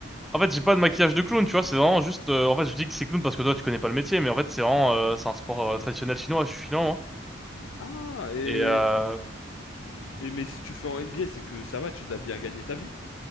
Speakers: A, in the centre; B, on the left (about 75°).
A: En fait, j'ai pas de maquillage de clown, tu vois, c'est vraiment juste, euh, en fait, je dis que c'est clown parce que toi, tu connais pas le métier, mais en fait, c'est vraiment, euh, c'est un sport euh, traditionnel chinois, je suis chinois, moi.
B: Ah, et,
A: Et, euh,
B: et mais si tu fais en NBA, c'est que ça va, tu dois bien gagner ta vie.